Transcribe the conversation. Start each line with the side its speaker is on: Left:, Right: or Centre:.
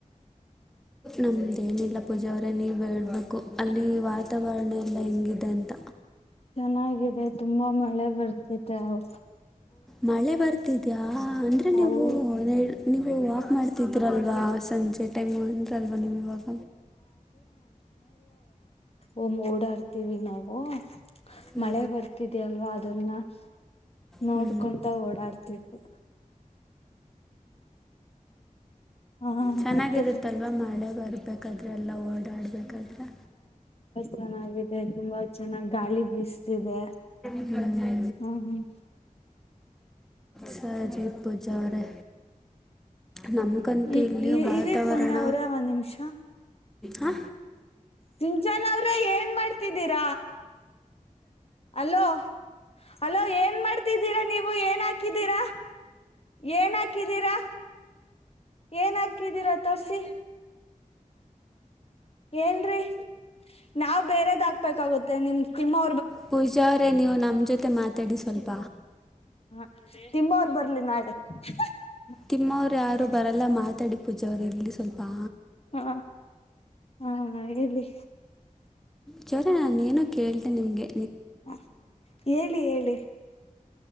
Centre: ನಮ್ದೇನಿಲ್ಲ ಪೂಜೆ ಅವರೇ ನೀವ ಹೇಳ್ಬೇಕು ಅಲ್ಲಿ ವಾತಾವರಣ ಎಲ್ಲ ಹೆಂಗಿದೆ ಅಂತ.
Left: ಚೆನ್ನಾಗಿದೆ ತುಂಬಾ ಮಳೆ ಬರ್ತಿದೆ ಅವ
Centre: ಮಳೆ ಬರ್ತಿದ್ಯಾ ಅಂದ್ರೆ
Left: ಹೌದ
Centre: ನೀವು ನೀವು ವಾಕ್ ಮಾಡ್ ಕುತ್ತಿದ್ರವ ಸಂಜೆ ಟೈಮ್ ಅಂದಲ್ವಾ ನೀವು ಇವಾಗ
Left: ಓ ಮ್ ಓಡಾಡ್ತೀವಿ ನಾವು.
Centre: ಹ್ಞೂ
Left: ಮಳೆ ಬರ್ತಿದೆ ಅಲ್ವಾ ಅದನ್ನ <inaudible> ನೋಡ್ಕೊಂತ
Centre: ಹ್ಞೂ
Left: ಓಡಾಡ್ತಿದ್ವಿ. ಆ
Centre: ಚೆನ್ನಾಗಿರುತ್ತೆ
Left: ಮತ್ತೆ
Centre: ಅಲ್ವಾ ಮಳೆ ಬರ್ಬೇಕಾದ್ರೆ ಎಲ್ಲ ಓಡಾಡ್ ಬೇಕಾದ್ರೆ
Left: ಚೆನ್ನಾಗಿದೆರ್ ತುಂಬಾ ಚೆನ್ನಾಗ್ ಗಾಳಿ ಬೀಸ್ತಿದೆ.
Centre: ಹ್ಮ
Left: ಹ್ಮ್ ಹ್ಮ್
Centre: ಸರಿ ಪೂಜ ಅವ್ರೆ ನಮ್ಗಂತೂ
Left: ಈ
Centre: ಇಲ್ಲಿ
Left: ಈ
Centre: ವಾತಾವರಣ
Left: ಇರಿ ಪುಣ್ಯ ಅವ್ರೇ ಒಂದ್ ನಿಮಿಷ
Centre: ಹ
Left: ಸಿಂಚನ್ ಅವ್ರೆ ಏನ್ ಮಾಡ್ತಿದ್ದೀರ. ಅಲೋ ಅಲೋ ಏನ್ ಮಾಡ್ತಿದ್ದೀರಾ ನೀವು ಏನ್ ಹಾಕಿದ್ದೀರಾ ಏನ್ ಹಾಕಿದ್ದೀರಾ, ಏನ್ ಹಾಕಿದೀರಾ ತೋರ್ಸಿ ಏನ್ರೀ ನಾವ್ ಬೇರೆದ್ ಹಾಕ್ಬೇಕಾಗುತ್ತೆ ನಿಮ್ ತಿನ್ನೋ
Centre: ಪೂಜ ಅವ್ರೆ ನೀವ್ ನಮ್ ಜೊ ತೆ ಮಾತಾಡಿ ಸ್ವಲ್ಪ.
Left: ಹಾ ತಿಮ್ಮ ಅವ್ರ್ ಬರ್ಲಿ ನಾಳೆ ಹ್ ಹ್
Centre: ತಿಮ್ಮ ಅವ್ರ್ ಯಾರು ಬರಲ್ಲ ಮಾತಾಡಿ. ಪೂಜ ಅವ್ರೆ ಇಲ್ಲಿ ಸ್ವಲ್ಪಾ
Left: ಹಾ ಹಾ ಹ ಹೇಳಿ.
Centre: ಜ ಅವ್ರೆ ನಾನು ಏನೋ ಕೇಳ್ತೆ ನಿಮ್ಗೆ.
Left: ಹಾ ಹೇಳಿ ಹೇಳಿ.